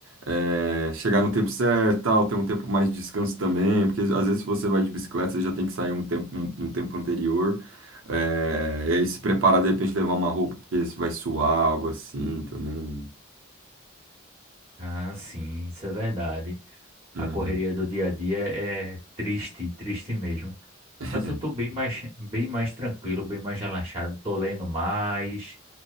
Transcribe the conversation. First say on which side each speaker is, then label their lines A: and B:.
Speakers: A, on the right (about 70°); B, on the right (about 25°).
A: é, chegar no tempo certo, tal, ter um tempo mais de descanso também. Porque às vezes, se você vai de bicicleta, você já tem que sair um tempo, um, um tempo anterior. É, e aí se preparar, de repente, levar uma roupa, porque você vai suar, algo assim também. né?
B: Ah, sim, isso é verdade.
A: Uhum.
B: A correria do dia a dia é triste, triste mesmo.
A: <laughs>
B: Mas eu tô bem mais, bem mais tranquilo, bem mais relaxado. Tô lendo mais.